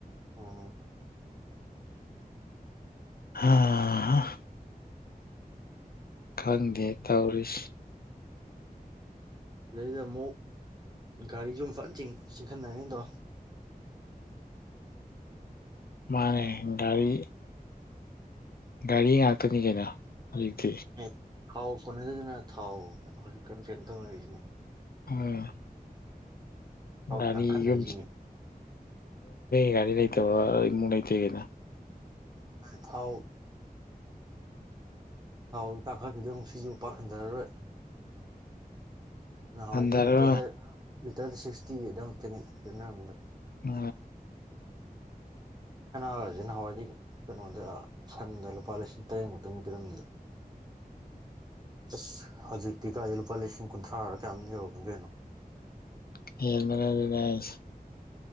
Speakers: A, on the right; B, on the left.
A: ꯑꯥ
B: ꯍꯥ ꯍ ꯈꯪꯗꯦ ꯇꯧꯔꯤꯁꯤ
A: ꯗꯩꯗ ꯑꯃꯨꯛ ꯒꯥꯔꯤꯖꯨ ꯑꯃ ꯐꯟ ꯆꯤꯡ ꯆꯤꯟꯈꯠꯅꯔꯩꯅꯗꯣ
B: ꯃꯥꯅꯦ ꯒꯥꯔꯤ ꯒꯥꯔꯤ ꯉꯥꯛꯇꯅꯤ ꯀꯩꯅꯣ <unintelligible>
A: ꯑꯦ ꯊꯥꯎ ꯀꯣꯟꯅꯗꯗꯅ ꯊꯥꯎ ꯀꯩꯅꯣ ꯍꯧꯖꯤꯛ ꯀꯩꯅ ꯀꯩꯅ ꯇꯧꯅꯔꯤꯁꯤꯅꯤ
B: ꯑꯝ
A: ꯊꯥꯎ
B: ꯒꯥꯔꯤ
A: ꯇꯥꯡꯈꯠꯅꯔꯤꯁꯤꯅꯤ
B: ꯌꯨꯝꯁꯤ ꯑ ꯒꯥꯔꯤ ꯂꯩ ꯇꯕ <unintelligible>
A: ꯊꯥꯎ ꯍꯥꯎ ꯇꯥꯡꯈꯠꯂꯤꯗꯨ ꯌꯦꯉꯨ ꯁꯤꯁꯨ ꯄꯥꯛ ꯍꯟꯗꯔꯔꯣꯢ ꯅꯍꯋꯥꯢꯗꯤ
B: ꯍꯟꯊꯔꯣ
A: ꯂꯤꯇꯔꯗ ꯂꯤꯇꯔꯗ ꯁꯤꯛꯁꯇꯤ ꯑꯗꯨꯋꯥꯢꯃꯨꯛꯇꯅꯤ ꯄꯤꯅꯔꯝꯃꯤꯗꯨ
B: ꯑ
A: ꯁꯅꯥꯒꯁꯤ ꯅꯍꯥꯟꯋꯥꯏꯗꯤ ꯀꯩꯅꯣꯗ ꯁꯟꯗ ꯂꯨꯄꯥ ꯂꯤꯁꯤꯡ ꯇꯔꯦꯠꯃꯨꯛꯇꯅꯤ ꯄꯤꯔꯝꯃꯤꯗꯨ ꯑꯁ ꯍꯧꯖꯤꯛꯇꯤ ꯀꯥꯏꯗꯩ ꯂꯨꯄꯥ ꯂꯤꯁꯤꯡ ꯀꯨꯟꯊ꯭ꯔꯥꯔ <unintelligible>
B: <unintelligible> ꯍꯥꯢꯁꯤ